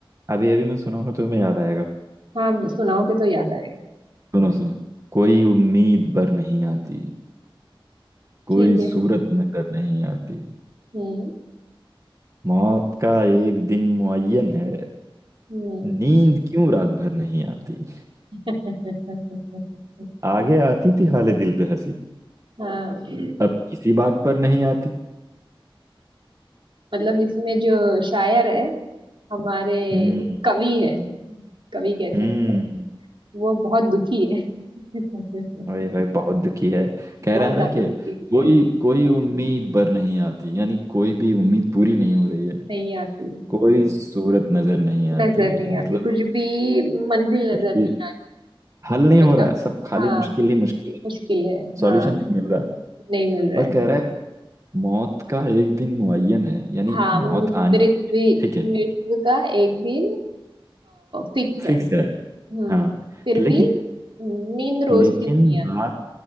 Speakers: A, on the right; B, on the right.
A: अभी अभी मैं सुनाऊंगा तुम्हें याद आएगा
B: हाँ सुनाओगे तो याद आएगा
A: सुनो सुनो कोई उम्मीद बर नहीं आती कोई
B: ठीक है
A: सूरत नजर नहीं आती
B: हम्म
A: मौत का एक दिन मुअय्यन है
B: हम्म
A: नींद क्यों रात भर नहीं आती
B: <laughs>
A: आगे आती थी हाले दिल पे हंसी
B: हाँ
A: अब किसी बात पर नहीं आती
B: मतलब इसमें जो शायर है हमारे
A: हम्म
B: कवि है कवि कह सकते
A: हम्म
B: हैं वो बहुत दुखी है <laughs>
A: ओए होए बहुत दुखी है कह
B: बहुत
A: रहा है
B: ज्यादा
A: ना कि
B: दुखी हो गए
A: कोई
B: हैं।
A: कोई उम्मीद पर नहीं आती यानी कोई भी उम्मीद पूरी नहीं हो रही है
B: नहीं आती
A: कोई सूरत नजर नहीं आती
B: नजर नहीं
A: मतलब
B: आती कुछ भी मंजिल नजर
A: कुछ भी
B: नहीं आ रही
A: हल नहीं
B: मतलब
A: हो रहा है सब खाली
B: हाँ
A: मुश्किल ही मुश्किल है
B: मुश्किल है
A: सॉल्यूशन
B: हाँ
A: नहीं मिल रहा है
B: नहीं मिल रहा
A: और
B: है
A: कह रहा है मौत का एक दिन मुअय्यन है यानी
B: हाँ मृत्यु
A: मौत आनी ठीक है
B: मृत्यु का एक दिन फिक्स
A: फिक्स
B: है
A: है
B: हम्म
A: हाँ
B: फिर
A: लेकिन
B: भी नींद रोज
A: हम्म, लेकिन
B: की दुनिया
A: रात